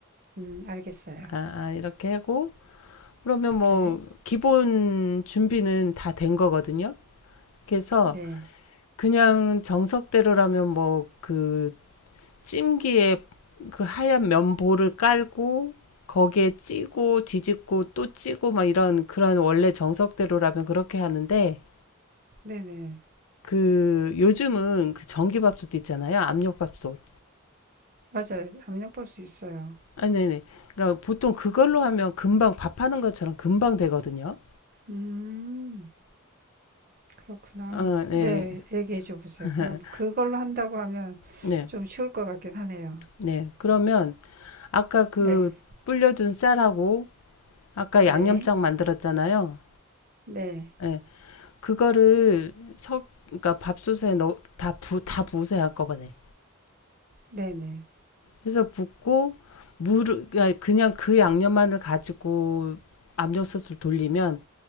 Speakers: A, on the right; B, on the left.
A: 음, 알겠어요.
B: 아, 아 이렇게 하고 그러면 뭐
A: 네.
B: 기본 준비는 다 된 거거든요. 그래서
A: 네.
B: 그냥 정석대로라면 뭐 그 찜기에 그 하얀 면보를 깔고 거기에 찌고 뒤집고 또 찌고 막 이런 그런 원래 정석대로라면 그렇게 하는데
A: 네네.
B: 그 요즘은 그 전기밥솥 있잖아요. 압력밥솥.
A: 맞아요. 압력밥솥 있어요.
B: 아, 네네. 그러니까 보통 그걸로 하면 금방 밥하는 것처럼 금방 되거든요.
A: 음, 그렇구나.
B: 아, 네.
A: 네, 얘기해 줘 보세요.
B: <laughs>
A: 그럼 그걸로 한다고 하면
B: 네.
A: 좀 쉬울 것 같긴 하네요.
B: 네. 그러면 아까 그
A: 네.
B: 불려둔 쌀하고 아까 양념장
A: 네.
B: 만들었잖아요.
A: 네,
B: 예. 그거를 석, 그러니까 밥솥에 넣, 다 부, 다 부으세요, 한꺼번에.
A: 네네.
B: 그래서 붓고, 물을, 그 그냥 그 양념만을 가지고 압력솥을 돌리면